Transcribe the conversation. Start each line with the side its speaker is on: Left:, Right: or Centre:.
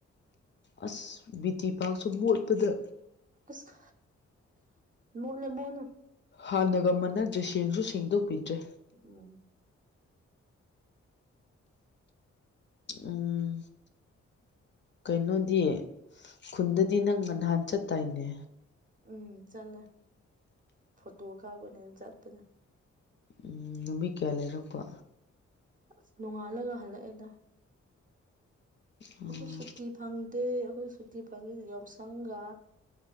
Left: ꯑꯁ ꯕꯤ ꯇꯤ ꯄꯥꯛꯔꯁꯨ ꯃꯣꯠꯄꯗ
Right: ꯑꯁ ꯃꯣꯂꯣꯣꯂꯣ
Left: ꯍꯥꯟꯅꯒ ꯃꯅꯗ꯭ꯔꯦꯁꯦꯡꯁꯨ ꯁꯦꯡꯗꯣꯛꯄꯤꯗ꯭ꯔꯦ
Right: ꯎꯝ
Left: ꯎꯝ ꯀꯩꯅꯣꯗꯤ ꯈꯨꯟꯗꯗꯤ ꯅꯪꯅ ꯅꯍꯥꯟ ꯆꯠꯇꯥꯏꯅꯦ
Right: ꯎꯝ ꯆꯠꯂꯦ ꯐꯣꯇꯣ ꯀꯥꯞꯄꯅꯤꯅ ꯆꯠꯄꯅꯦ
Left: ꯎꯝ ꯅꯨꯃꯤꯠ ꯀꯌꯥ ꯂꯩꯔꯛꯄ
Right: ꯑꯁ ꯅꯣꯡꯉꯥꯜꯂꯒ ꯍꯜꯂꯛꯑꯦꯗ
Left: ꯎꯝ
Right: ꯑꯩꯈꯣꯏ ꯁꯨꯇꯤ ꯐꯪꯗꯦ ꯑꯩꯈꯣꯏ ꯁꯨꯇꯤ ꯐꯪꯉꯦ ꯌꯥꯎꯁꯪꯒ